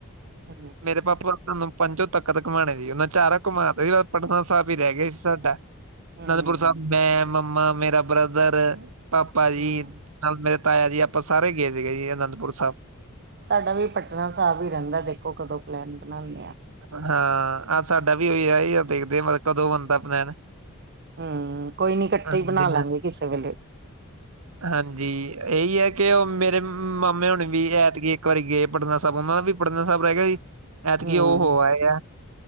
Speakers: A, on the right; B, on the right.
A: <unintelligible>
B: ਮੇਰੇ ਪਾਪਾ ਸਾਂਨੂੰ ਪੰਚੋ ਤਖਤ ਘੁਮਾਨ ਗੇ, ਉਹਨਾਂ ਚਾਰਾ ਘੁਮਾਤੇ ਸੀ, ਬਸ ਪਟਨਾ ਸਾਹਿਬ ਹੀ ਰਹਿ ਗਿਆਂ ਸੀ ਸਾਡਾ
A: ਹਮ
B: ਅਨੰਦਪੁਰ ਸਾਹਿਬ ਮੈਂ, ਮੰਮਾ, ਮੇਰਾ ਬ੍ਰਦਰ, ਪਾਪਾ ਜੀ
A: ਹਮ
B: ਨਾਲ ਮੇਰੇ ਤਾਇਆ ਜੀ ਆਪਾਂ ਸਾਰੇ ਗਏ ਸੀਗੇ ਜੀ ਅਨੰਦਪੁਰ ਸਾਹਿਬ।
A: ਸਾਡਾ ਵੀ ਪਟਨਾ ਸਾਹਿਬ ਹੀ ਰਹਿੰਦਾਂ, ਦੇਖੋਂ ਕਦੋਂ ਪਲੈਨ ਬਨਾਣੇ।
B: ਆਹ ਅ ਸਾਡਾ ਵੀ ਅਹੀਓ ਦੇਖਦੇ ਆ ਮਤਲਬ ਕਦੋਂ ਬਣਦਾ ਪਲੈਨ
A: ਹੂੰ, ਕੋਈ ਨੀ ਇਕੱਠੇ
B: ਹਾਂਜੀ,
A: ਹੀ ਬਨਾ ਲਾਂਗੇ
B: ਹਾਂ
A: ਕਿਸੇ ਵੇਲੇ।
B: ਹਾਂਜੀ, ਇਹੀ ਐ ਕਿ ਉਹ ਮੇਰੇ ਮਾਮੇ ਹੁਨੀ ਵੀ ਐਤਕੀਂ ਇੱਕ ਵਾਰੀ ਗਏ, ਪਟਨਾ ਸਾਹਿਬ ਉਨਾਂ ਦਾ ਵੀ ਪਟਨਾ ਸਾਹਿਬ ਰਹਿ ਗਿਆਂ ਜੀ। ਐਤਕੀ
A: ਹਮ
B: ਓ ਹੋ ਆਏਂ ਐ,